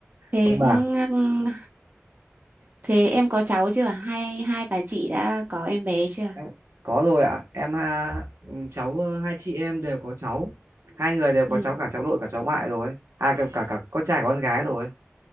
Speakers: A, on the right; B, on the right.
A: Thế
B: Ông bà,
A: ừm, thế em có cháu chưa? Hai hai bà chị đã có em bé chưa?
B: em có rồi ạ. Em ha, ừ, cháu ờ, hai chị em đều có cháu. Hai người đều có
A: Ừ.
B: cháu cả cháu nội cả cháu ngoại rồi. À cả cả, cả con trai con gái rồi.